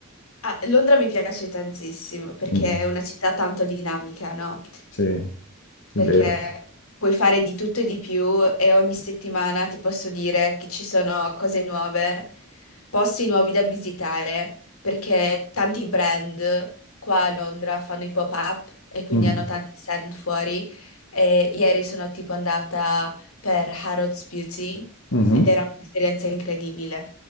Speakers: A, on the left; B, on the left.
A: Ah, Londra mi piace tantissimo perché
B: Mhm,
A: è una città tanto dinamica, no?
B: Sì, è
A: perché
B: vero.
A: puoi fare di tutto e di più e ogni settimana ti posso dire che ci sono cose nuove, posti nuovi da visitare, perché tanti brand qua a Londra fanno i pop-up e quindi
B: Mhm,
A: hanno tanti stand fuori e ieri sono tipo andata per Harrods Beauty
B: mhm.
A: ed era un'esperienza incredibile.